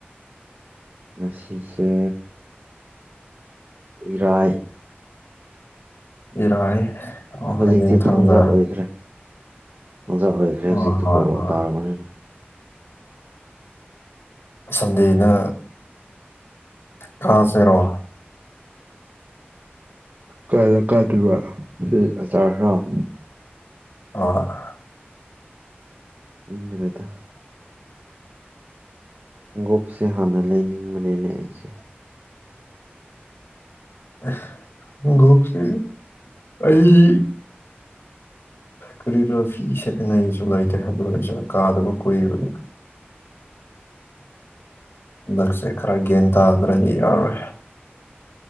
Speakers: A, on the right; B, on the left.
A: ꯉꯁꯤꯁꯦ ꯏꯔꯥꯏ
B: ꯏꯔꯥꯏ ꯑꯣ
A: ꯍꯧꯖꯤꯛꯇꯤ
B: ꯍꯌꯦꯡ ꯊꯪꯖ
A: ꯊꯥꯡꯖꯥ ꯑꯣꯏꯈ꯭ꯔꯦ ꯖꯑꯣꯈ ꯍꯧꯁꯤꯔꯑꯣ
B: ꯑꯣ ꯍꯣꯏ ꯍꯣꯏ
A: ꯇꯥꯔꯥ ꯃꯅꯤꯅ
B: ꯁꯟꯗꯅ ꯀꯥꯁꯦꯔꯣ
A: ꯀꯂ ꯀꯥꯗꯣꯏꯕ ꯁꯤ ꯑꯆꯥꯔ ꯍꯔꯥꯎ
B: ꯍꫭꯏ
A: ꯎꯕꯤꯔꯦꯗ ꯒꯞꯁꯦ ꯍꯥꯟꯅ ꯂꯩꯅꯤꯡꯕꯅꯤꯅꯦ ꯑꯩꯁꯦ
B: <unintelligible> ꯑꯩ ꯀꯔꯤꯕꯥ ꯐꯤ ꯁꯦꯠꯅ ꯑꯩꯁꯨ ꯂꯩꯇꯦ ꯑꯗꯨ ꯑꯣꯏꯔꯁꯨ ꯀꯥꯗꯕ ꯀꯨꯏꯕꯅꯦ ꯅꯛꯁꯦ ꯈꯔ ꯒꯦꯟꯗꯥꯗꯔꯗꯤ ꯌꯥꯔ